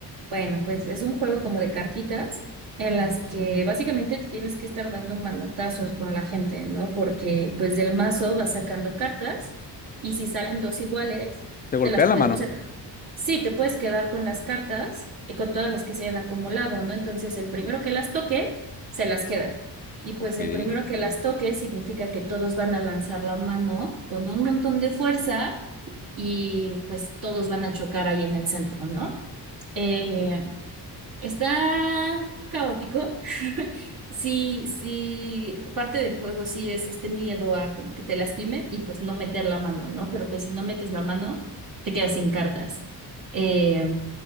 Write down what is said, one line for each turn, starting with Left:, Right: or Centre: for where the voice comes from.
Right: Bueno, pues es un juego como de cartitas en las que básicamente te tienes que estar dando manotazos con la gente, ¿no? Porque pues del mazo vas sacando cartas y si salen dos iguales,
Left: ¿Te golpea
Right: te las puedes,
Left: la mano?
Right: o sea, sí, te puedes quedar con las cartas y con todas las que se hayan acumulado, ¿no? Entonces el primero que las toque, se las queda. Y pues
Left: Ok.
Right: el
Left: Es
Right: primero que las toque significa que todos van a lanzar la mano con un montón de fuerza y pues todos van a chocar ahí en el centro, ¿no? Eh, Está caótico. Sí, sí, parte del juego sí es este miedo a que te lastime y pues no meter la mano, ¿no? Pero pues si no metes la mano, te quedas sin cartas. Eh,